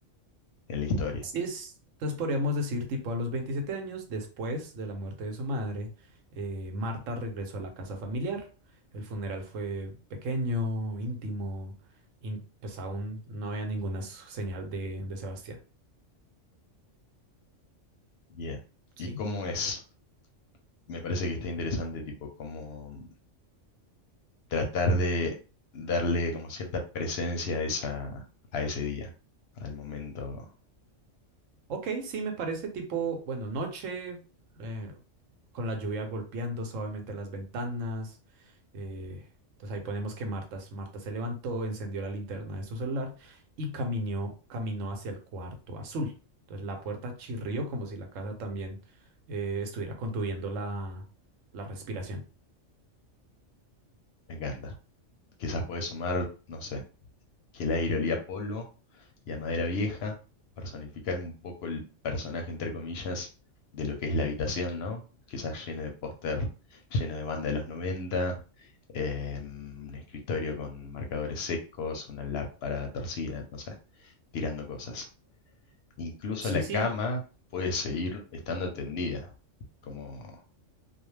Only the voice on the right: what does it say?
Sí es- entonces podríamos decir, tipo, a los 27 años, después de la muerte de su madre, eh, Marta regresó a la casa familiar. El funeral fue pequeño, íntimo, in- pues aún no había ninguna s- señal de, de Sebastián.
Sí.
Ok, sí, me parece tipo, bueno, noche, eh, con la lluvia golpeando suavemente las ventanas. eh, entonces ahí ponemos que Marta, Marta se levantó, encendió la linterna de su celular y caminó, caminó hacia el cuarto azul. Entonces la puerta chirrió como si la casa también eh, estuviera contuviendo la, la respiración.
Sí,
sí,